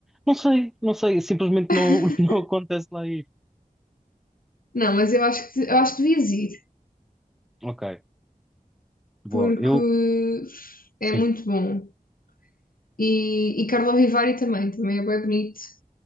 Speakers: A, in the centre; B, on the left.
A: Não sei, não sei, simplesmente
B: <laughs>
A: não, <laughs> não acontece lá ir.
B: Não, mas eu acho que, eu acho que devias ir,
A: Ok, boa,
B: porque
A: eu, sim.
B: é muito bom. E, e Carlo Vivari também, também é bem bonito.